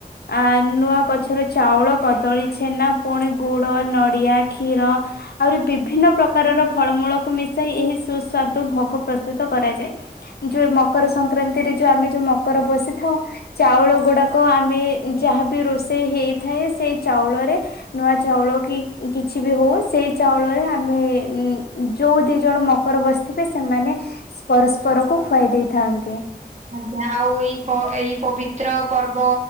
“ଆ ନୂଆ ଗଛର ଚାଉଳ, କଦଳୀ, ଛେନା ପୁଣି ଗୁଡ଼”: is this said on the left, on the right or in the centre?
Left